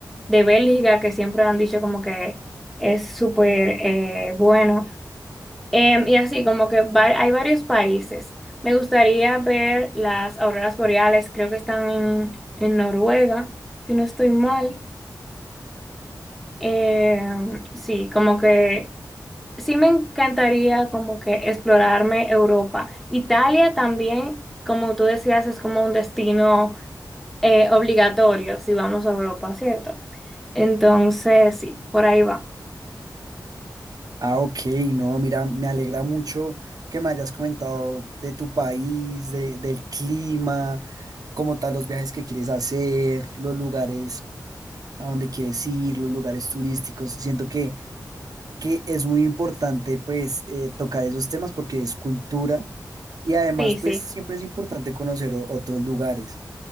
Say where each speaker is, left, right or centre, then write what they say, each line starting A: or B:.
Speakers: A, in the centre; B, on the right.
A: de Bélgica, que siempre han dicho como que es súper eh, bueno. Em, y así, como que var- hay varios países. Me gustaría ver las auroras boreales, creo que están en, en Noruega, si no estoy mal. Em, sí, como que... Sí me encantaría como que explorarme Europa. Italia también, como tú decías, es como un destino eh, obligatorio si vamos a Europa, ¿cierto? Entonces, sí, por ahí va.
B: Ah, ok, no, mira, me alegra mucho que me hayas comentado de tu país, de- del clima, como tal, los viajes que quieres hacer, los lugares a donde quieres ir, los lugares turísticos. Siento que, que es muy importante, pues, eh, tocar esos temas porque es cultura y además,
A: Sí,
B: pues,
A: sí.
B: siempre es importante conocer o- otros lugares.